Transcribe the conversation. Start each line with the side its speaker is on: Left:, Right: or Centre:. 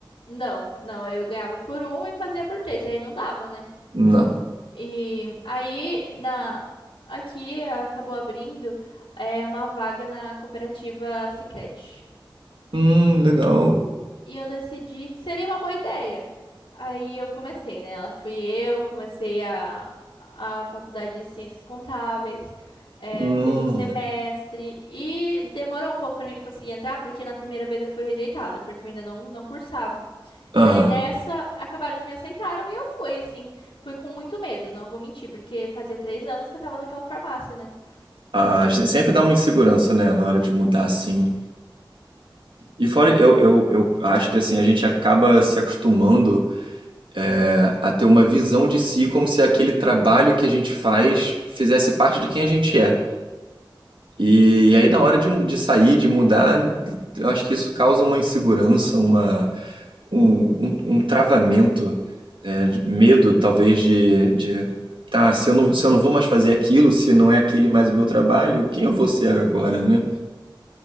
Left: não, não, eu ganhava por um e fazia por três, aí não dava, né?
Right: Não.
Left: E aí, na, aqui acabou abrindo é, uma vaga na cooperativa Sicredi.
Right: Hum, legal.
Left: E eu decidi que seria uma boa ideia. Aí eu comecei, né? Lá fui eu, comecei a, a faculdade de Ciências Contábeis, eh,
Right: Hum.
Left: fiz um semestre e demorou um pouco para mim conseguir entrar, porque na primeira vez eu fui rejeitada, porque eu ainda não, não cursava.
Right: Aham.
Left: E daí nessa, acabaram que me aceitaram e eu fui, assim, fui com muito medo, não vou mentir, porque fazia três anos que eu tava naquela farmácia, né?
Right: Ah,
Left: Então,
Right: se- sempre dá uma insegurança, né, na hora de mudar assim. E fora, eu, eu, eu acho que assim, a gente acaba se acostumando é, a ter uma visão de si como se aquele trabalho que a gente faz fizesse parte de quem a gente é. E, aí na hora de, mu- de sair, de mudar, eu acho que isso causa uma insegurança, uma, um, um, um travamento, né, de medo talvez de, de tá, se eu não, se eu não vou mais fazer aquilo, se não é aquele mais o meu trabalho, quem eu vou ser agora, né?